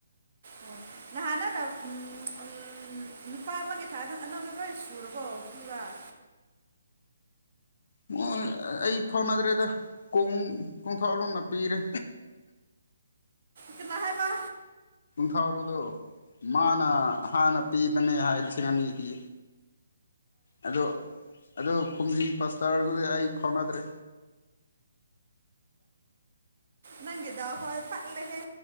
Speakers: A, on the right; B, on the left.
A: ꯑꯣ ꯅꯍꯥꯟꯅ ꯅꯪꯅꯎꯝ ꯅꯨꯄꯥ ꯑꯃꯒꯤ ꯊꯥꯅ ꯑꯅꯅ ꯈꯣꯏ ꯁꯔꯕꯣ ꯄꯤꯕ <unintelligible>
B: ꯉꯣꯏ ꯑꯩ ꯐꯥꯎꯅꯗ꯭ꯔꯦꯗ ꯀꯣꯡ ꯀꯣꯡꯊꯥ ꯂꯣꯅ ꯄꯤꯔꯦ
A: ꯀꯅꯥ ꯍꯥꯏꯕ
B: ꯊꯥꯂꯣꯗꯣ ꯃꯥꯅ ꯍꯥꯟꯅ ꯄꯤ ꯃꯅꯦ ꯍꯥꯏ ꯂꯤꯁꯤꯡ ꯑꯅꯤ ꯄꯤ ꯑꯗꯣ ꯑꯗꯣ ꯈꯨꯝꯖꯤ ꯄꯥꯁꯇꯔꯗꯨꯗꯤ ꯑꯩ ꯐꯥꯎꯅꯥꯗ꯭ꯔꯦ
A: ꯅꯪꯒꯤ ꯗꯥꯎ ꯈꯣꯏ ꯄꯠꯂꯦꯍꯦ